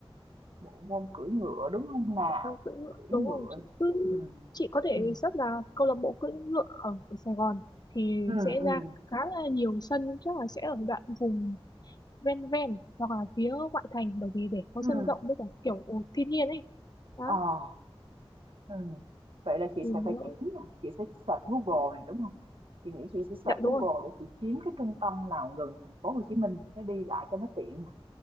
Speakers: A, on the right; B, on the left.
A: Bộ môn cưỡi ngựa, đúng không nào?
B: Ôi, cưỡi ngựa.
A: Cưỡi
B: Đúng
A: ngựa
B: rồi chị
A: này.
B: cứ
A: Ừm.
B: chị có thể
A: Ừm.
B: search là câu lạc bộ cưỡi ngựa ở, ở Sài Gòn thì
A: Ừm,
B: sẽ
A: ừm.
B: ra khá là nhiều sân chắc là sẽ ở đoạn vùng ven ven hoặc là phía ngoại thành bởi vì để có
A: Ừm.
B: sân rộng với cả kiểu thiên nhiên ấy đó
A: Ờ. Ừm. Vậy là chị
B: thì
A: sẽ
B: nếu
A: phải kiếm nè, chị sẽ search Google này, đúng không Chị nghĩ chị sẽ search
B: dạ
A: Google
B: đúng rồi
A: để chị kiếm cái trung tâm nào gần thành phố Hồ Chí Minh để đi lại cho nó tiện nè.